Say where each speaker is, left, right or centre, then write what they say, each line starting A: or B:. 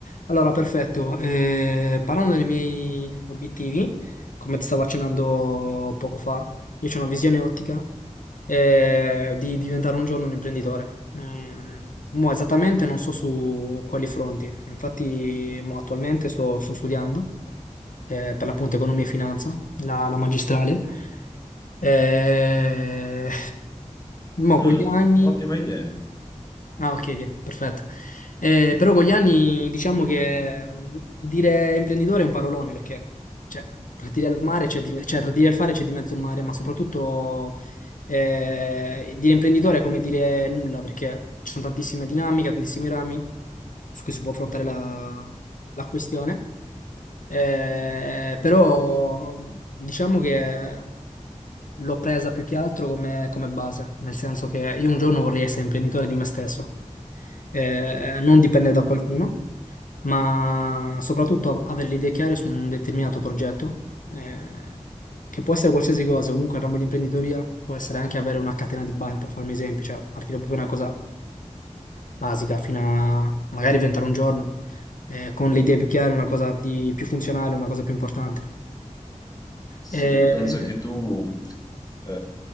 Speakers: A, on the left (about 80°); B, on the left (about 30°).
A: Allora, perfetto. Eh, parlando dei miei obiettivi, come ti stavo accennando poco fa, io ho una visione ottica eh, di diventare un giorno un imprenditore. Eh, mo esattamente non so su quali fronti, infatti mo attualmente sto, sto studiando eh, per l'appunto economia e finanza, la, la magistrale. Eh, mo
B: Mm,
A: con gli anni
B: ottima idea.
A: Ah, ok, ok, perfetto. Eh, però con gli anni diciamo che mh, dire imprenditore è un parolone perché cioè, tra dire al mare c'è di- cioè, tra dire al fare c'è di mezzo il mare, ma soprattutto eh, dire imprenditore è come dire nulla perché ci sono tantissime dinamiche, tantissimi rami su cui si può affrontare la, la questione. Eh, però mh, diciamo che l'ho presa più che altro come, come base, nel senso che io un giorno vorrei essere imprenditore di me stesso, Eh, non dipendere da qualcuno, ma soprattutto avere le idee chiare su un determinato progetto, eh, che può essere qualsiasi cosa, comunque il ramo di imprenditoria può essere anche avere una catena di bar, per farmi esempi, cioè partire proprio da una cosa basica fino a magari inventare un giorno, eh, con le idee più chiare, una cosa di- più funzionale, una cosa più importante.
B: Sì,
A: Eh,
B: io penso che tu eh,